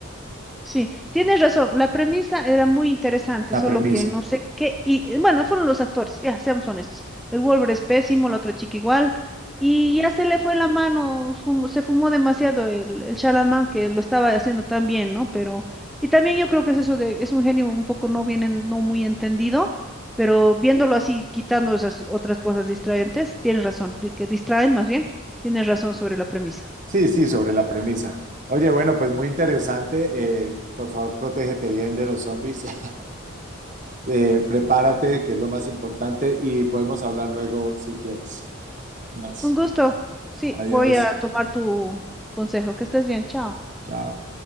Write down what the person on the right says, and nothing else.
La
premisa.
Sí, sí, sobre la premisa. Oye, bueno, pues muy interesante. eh, por favor, protégete bien de los zombies. <laughs> Eh, prepárate, que es lo más importante, y podemos hablar luego si quieres. Más.
Adiós.
Chao.